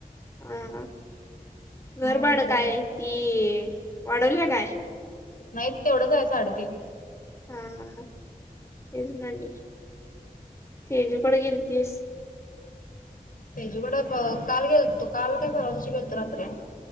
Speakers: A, on the left; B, on the left.
A: हा घरभाड
B: म्हटलं
A: काय ती वाढवल्या काय
B: नाही तेवढंच आहे साडेतीन
A: हा तेच म्हणलं तेजू कड गेलतीस
B: तेजूकड प काल गेलतो काल काय परवादीवशी गेलतो रात्री